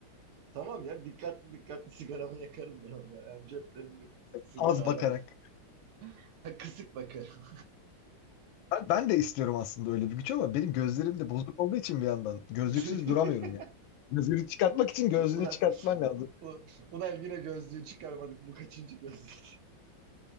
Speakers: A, on the right; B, on the left.
A: Tamam ya dikkatli dikkatli sigaramı yakarım ben onda. Yani ceplerimde sigara
B: Az bakarak.
A: aramayayım. <laughs> Kısık bakarım.
B: Ben, ben de istiyorum aslında öyle bir güç ama benim gözlerim de bozuk olduğu için bir yandan gözlüksüz
A: <laughs>
B: duramıyorum yani. Lazeri çıkartmak için gözlüğünü
A: Ulan,
B: çıkartman lazım.
A: u- ulan yine gözlüğü çıkarmadık. Bu kaçıncı gözlük?